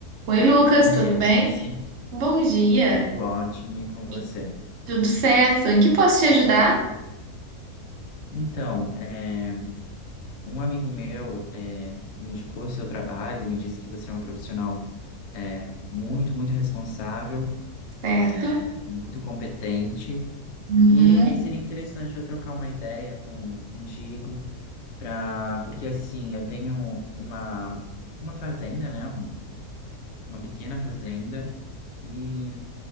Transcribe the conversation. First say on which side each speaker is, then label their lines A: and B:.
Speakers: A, on the right; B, on the left.
A: Oi, Lucas,
B: Bom
A: tudo
B: dia,
A: bem?
B: Lenice.
A: Bom dia.
B: Tudo ótimo e com você?
A: E- Tudo certo? Em que posso te ajudar?
B: Então, é, um amigo meu é, indicou seu trabalho, me disse que você é um profissional é, muito, muito responsável,
A: Certo.
B: é, muito competente
A: Uhum,
B: e que seria interessante eu trocar uma ideia com, contigo, pra, porque assim, eu tenho uma, uma fazenda, né? um- uma pequena fazenda e